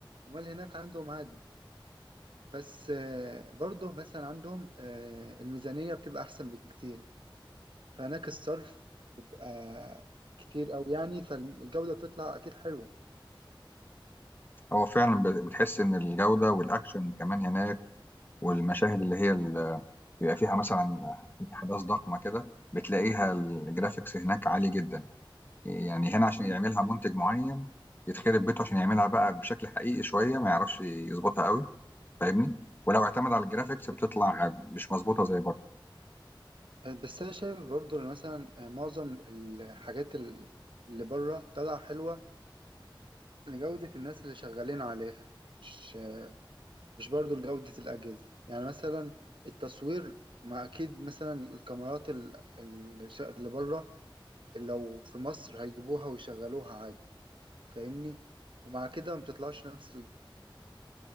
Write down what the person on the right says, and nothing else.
أمال هناك عندهم عادي بس آه، برضه مثلا عندهم آه، الميزانية بتبقى أحسن بكتير فهناك الصرف بيبقى كتير أوي يعني فالجودة بتطلع أكيد حلوة
مم.
بس
بس أنا شايف برضو إن مثلا معظم الحاجات ال- اللي بره طالعة حلوة لجودة الناس اللي شغالين عليها مش مش برضو لجودة الأجهزة يعني مثلا التصوير ما أكيد مثلا الكاميرات ال- ال- اللي بره لو في مصر هيجيبوها ويشغلوها عادي فاهمني ومع كده ما بتطلعش نفس